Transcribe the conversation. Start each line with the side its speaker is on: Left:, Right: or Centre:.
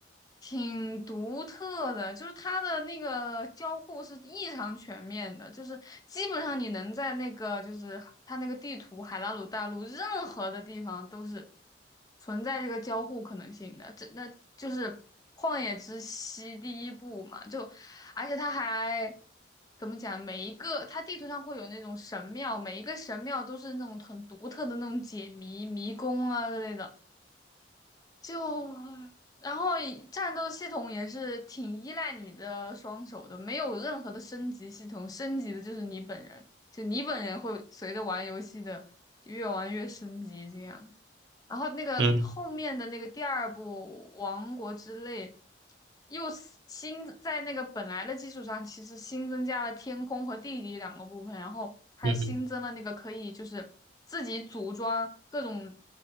Left: 挺独特的，就是它的那个交互是异常全面的，就是基本上你能在那个就是它那个地图海拉鲁大陆任何的地方都是存在这个交互可能性的。这那就是《旷野之息》第一部嘛，就而且它还。怎么讲？每一个它地图上会有那种神庙，每一个神庙都是那种很独特的那种解谜迷宫啊之类的。就然后以战斗系统也是挺依赖你的双手的，没有任何的升级系统，升级的就是你本人，就你本人会随着玩游戏的越玩越升级这样。然后那个后面的那个第二部《王国之泪》，
Right: 嗯
Left: 又是新在那个本来的基础上，其实新增加了天空和地底两个部分，然后还新增了那个可以就是自己组装各种
Right: 嗯哼